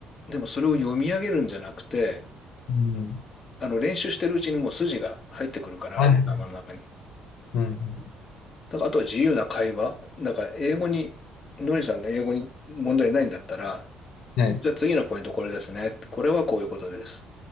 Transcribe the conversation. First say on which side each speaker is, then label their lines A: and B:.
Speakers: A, on the left; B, on the left.
A: でもそれを読み上げるんじゃなくて、
B: うん。
A: あの、練習してるうちにもう筋が入ってくるから、
B: はい。
A: 頭の中に。
B: うん。
A: だから、あとは自由な会話。だから、英語に、のりさんの英語に問題ないんだったら、
B: はい。
A: じゃあ次のポイントこれですね。これはこういうことです。